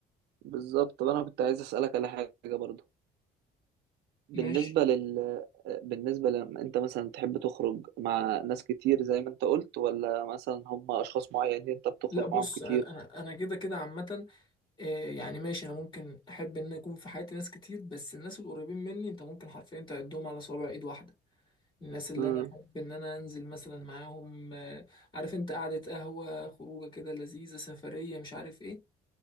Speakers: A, on the right; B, on the left.
A: بالظبط طب انا كنت عايز اسالك على حاجه برضو بالنسبة
B: ماشي
A: لل بالنسبة لما انت مثلا تحب تخرج مع ناس كتير زي ما انت قلت ولا مثلا هم اشخاص معينين انت بتخرج
B: لا بص
A: معاهم كتير
B: انا انا أنا كده كده عامه آه، يعني ماشي انا ممكن احب ان يكون في حياتي ناس كتير بس الناس القريبين مني انت ممكن حرفيا تعدهم على صوابع ايد واحده الناس اللي
A: امم
B: انا احب ان انا انزل مثلا معاهم آه، عارف انت قعده قهوه خروجه كده لذيذه سفريه مش عارف ايه